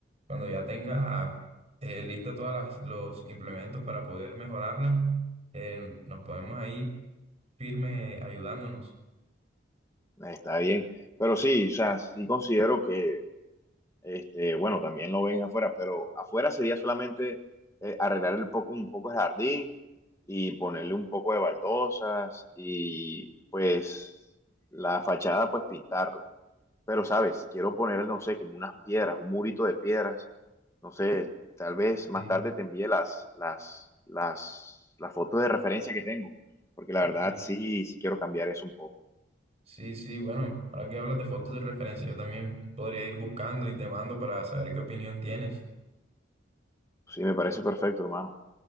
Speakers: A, on the right; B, on the left.
A: cuando ya tenga eh, lista todas las- los implementos para poder mejorarla, eh, nos podemos ahí firme ayudándonos.
B: Está bien. Pero sí, o sea, sí considero que, este, bueno, también lo ven afuera, pero afuera sería solamente eh, arreglar el poco, un poco el jardín y ponerle un poco de baldosas y pues la fachada, pues pintarla. Pero, ¿sabes? Quiero poner no sé, como unas piedras, un murito de piedras no sé, tal vez más
A: Sí,
B: tarde te envíe las, las, las, las fotos de referencia que tengo, porque la
A: ok.
B: verdad sí, sí quiero cambiar eso un poco.
A: Sí, sí, bueno, ahora que hablas de fotos de referencia, yo también podría ir buscando y te mando para saber qué opinión tienes.
B: Sí, me parece perfecto, hermano.